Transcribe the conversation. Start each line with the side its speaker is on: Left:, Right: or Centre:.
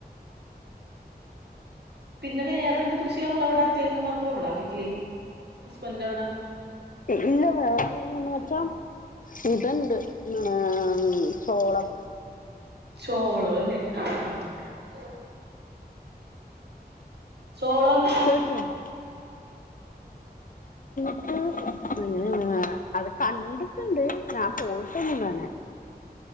Right: പിന്നെ വേറെന്ത് കൃഷിയാ ഉള്ളവ്ടെ തെങ്ങ് മാത്രാെള്ള വീട്ട്ല്? ഹസ്ബന്റെവ്ടാ?
Left: ഇല്ല വേറെ ന്ന് വെച്ചാ ഇത്ണ്ട് ഏം ചോളം
Right: ചോളോ അല്ലേ ആ ചോളാെ എങ്ങനാ
Left: കേട്ടിട്ടുണ്ട് <unintelligible> മ്മ് അത് കണ്ട് ഇണ്ട്. ഞാൻ പോയിട്ടൊന്നുല്ലങ്ങനെ